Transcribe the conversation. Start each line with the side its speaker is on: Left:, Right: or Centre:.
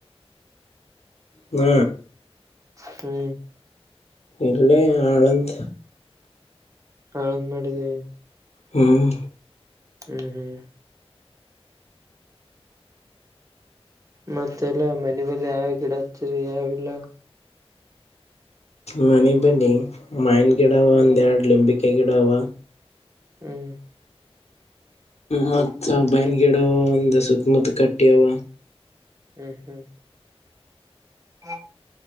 Left: ಹ್ಮ
Right: ಹ್ಮ್
Left: ಇಲ್ಲೇ ಆಳಂತ
Right: ಹಾಳಂದ್ ಮಾಡಿದವಿ
Left: ಹ್ಮ್
Right: ಹ್ಮ್ ಹ್ಮ್ ಮತ್ತೆಲ್ಲ ಮನೆಲೆ ಯಾವ ಗಿಡ ಹಚ್ಚರಿ ಯಾವಿಲ್ಲ
Left: ಮನೆ ಬಲಿಿ ಮಯನ್ ಗಿಡವ
Right: ಹ್ಮ್
Left: ಒಂದ್ ಎರಡ್ ಲಿಂಬಿಕೆ ಗಿಡವ
Right: ಹ್ಮ್
Left: ಮತ್ತ ಬೈನ್ ಗಿಡವ ಒಂದ ಸುತ್ತಮುತ್ತ ಕಟ್ಟಿವ
Right: ಹ್ಮ್ ಹ್ಮ್ ಹಾ